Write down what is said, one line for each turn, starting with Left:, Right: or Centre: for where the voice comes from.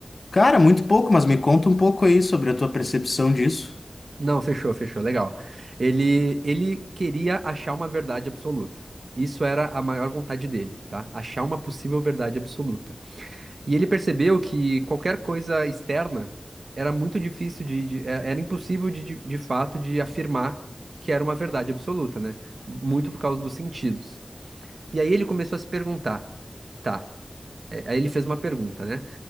Left: Cara, muito pouco, mas me conta um pouco aí sobre a tua percepção disso.
Right: Não, fechou, fechou, legal. Ele ele queria achar uma verdade absoluta. Isso era a maior vontade dele, tá? Achar uma possível verdade absoluta. E ele percebeu que qualquer coisa externa era muito difícil de, de- é- era impossível de, de de fato de afirmar que era uma verdade absoluta, né? Muito por causa dos sentidos. E aí ele começou a se perguntar, tá? é, Aí ele fez uma pergunta, né?